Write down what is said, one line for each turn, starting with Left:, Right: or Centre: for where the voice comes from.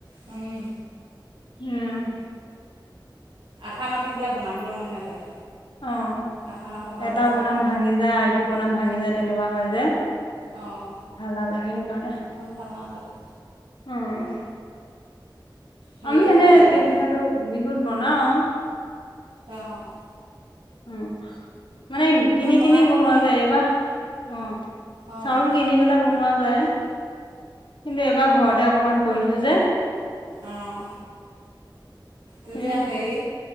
Right: উম।
Left: উম।
Right: আঠা নাথাকিলে বনাবলৈ মন নাযায়।
Left: অ',
Right: আঠা নথকা
Left: এটা
Right: বৰা চাউলৰ
Left: বনাম ভাঙি যায় আইটো বনাম ভাঙি যায় তেনেকুৱা হয় যে।
Right: অঁ
Left: ভাল নালাগে সেইকাৰণে,
Right: ইমান ভাল নালাগে
Left: উম।
Right: হেৰিটো
Left: আমি এনে
Right: ভাল লাগে
Left: তিলপিঠাটো বিহুত বনাও।
Right: অ'।
Left: উম। মানে কিনি
Right: বনাই
Left: কিনি
Right: থাকিলে
Left: বনোৱা যায় এইবাৰ অ',
Right: অঁ
Left: চাউল কিনি পেলাই বনোৱা যায় কিন্তু এবাৰ ঘৰতে অকনমান কৰিছোঁ যে।
Right: অঁ তেতিয়া
Left: সেই
Right: হেৰি